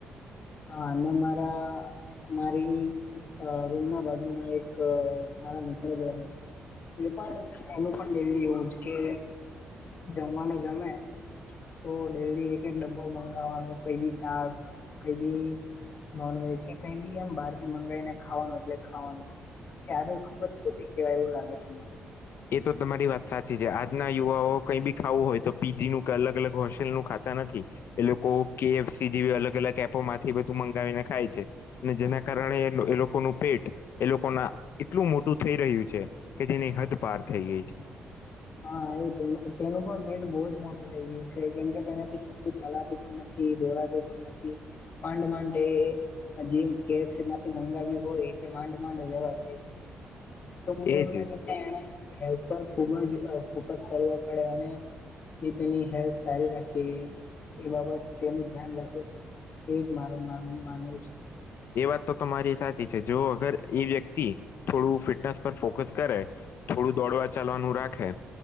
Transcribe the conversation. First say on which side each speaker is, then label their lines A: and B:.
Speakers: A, on the left; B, on the left.
A: હા અને મારા મારી અ <unintelligible> બાજુમાં એક મારા મિત્ર જ રહે છે. તે પણ એનું પણ ડેલી એવું જ કે જમવાનું જમે તો ડેલી એક એક ડબ્બો મંગાવવાનું કોઈ બી શાક કઈ બી નોનવેજ કે કઈ બી એમ બહારથી મંગાવીને ખાવાનું એટલે ખાવાનું આદત ખુબ જ ખોટી કહેવાય એવું લાગે છે, મને
B: એ તો તમારી વાત સાચી છે, આજના યુવાઓ કઈ બી ખાવું હોય તો પીજી નું અલગ અલગ હોસ્ટેલ નું ખાતા નથી એલોકો કેએફસી જેવી અલગ અલગ એપોમાંથી બધું મંગાવીને ખાય છે. ને જેના કારણે એ લોકોનું પેટ એ લોકો ના એટલું મોટું થઈ રહ્યું છે. કે જેની હદ પાર થઈ ગઈ છે.
A: હ એ જ તેનું પણ પેટ બો જ મોટું થઇ ગયું છે. કેમ કે તેનાથી સરખું ચલાતું પણ નથી દોડાતું પણ નથી માંડ માંડ તે જેમ કેએફસી માંથી મંગાવ્યું હોય તે માંડ માંડ લેવા જાય છે. તો મને એવું
B: એજ
A: લાગે છે, એણે હેલ્થ પર ખુબ જ ફોકસ કરવો પડે અને તે તેની હેલ્થ સારી રાખે એ બાબત તેનું ધ્યાન રાખે એજ મારું માનવું માનવું છે.
B: એ વાત તો તમારી સાચી છે જો અગર એ વ્યક્તિ થોડું ફિટનેસ પર ફોકસ કરે થોડું દોડવા ચાલવાનું રાખે